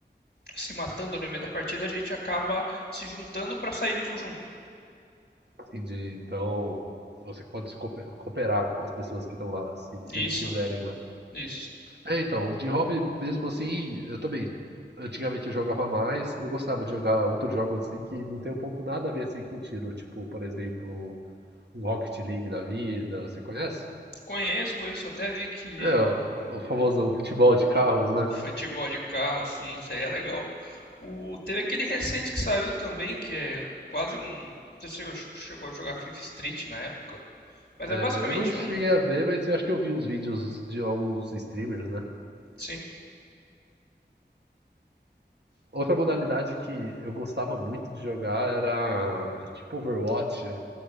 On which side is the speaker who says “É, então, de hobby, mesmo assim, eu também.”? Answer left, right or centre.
Right